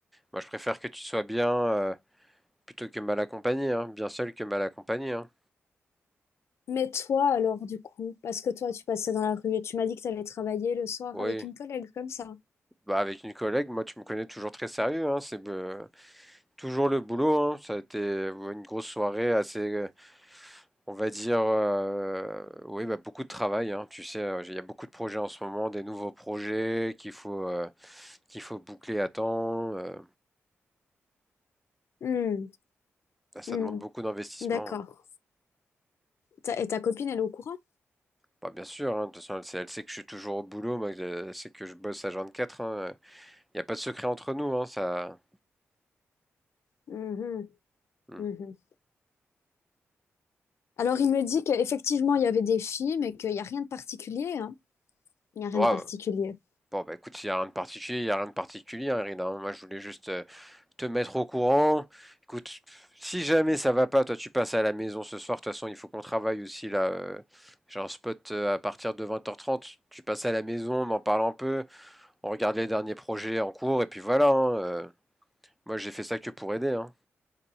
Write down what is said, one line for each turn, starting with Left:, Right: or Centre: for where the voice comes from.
Centre: moi je préfère que tu sois bien euh, plutôt que mal accompagnée, hein. Bien seule que mal accompagnée, hein.
Left: mais toi, alors, du coup, parce que toi, tu passais dans la rue et tu m'as dit que tu allais travailler le soir
Centre: Oui.
Left: avec une collègue comme ça.
Centre: Bah avec une collègue, moi tu me connais toujours très sérieux, hein. C'est euh, toujours le boulot, hein. Ça a été euh, une grosse soirée assez, euh, on va dire, euh, oui bah beaucoup de travail, hein. Tu sais, euh, il y a beaucoup de projets en ce moment, des nouveaux projets qu'il faut euh, qu'il faut boucler à temps. euh,
Left: Hmm,
Centre: bah, ça
Left: hmm,
Centre: demande beaucoup d'investissement.
Left: d'accord.
Centre: hein.
Left: Ta- et ta copine, elle est au courant?
Centre: Bah bien sûr, hein, de toute façon, elle sait, elle sait que je suis toujours au boulot, moi, elle sait que je bosse à 24, hein. Il n'y a pas de secret entre nous, hein, ça.
Left: Mhm,
Centre: Hmm.
Left: mhm. Alors, il me dit qu'effectivement, il y avait des films et qu'il n'y a rien de particulier, hein. Il n'y a rien
Centre: Ouais,
Left: de particulier.
Centre: ouais. bon, bah écoute, il n'y a rien de particulier, il n'y a rien de particulier, hein, Irina, hein. Moi, je voulais juste euh, te mettre au courant. Écoute, si jamais ça va pas, toi, tu passes à la maison ce soir. De toute façon, il faut qu'on travaille aussi, là. euh, J'ai un spot euh, à partir de 20h30. Tu passes à la maison, on en parle un peu, on regarde les derniers projets en cours, et puis voilà, hein, euh. Moi, j'ai fait ça que pour aider, hein.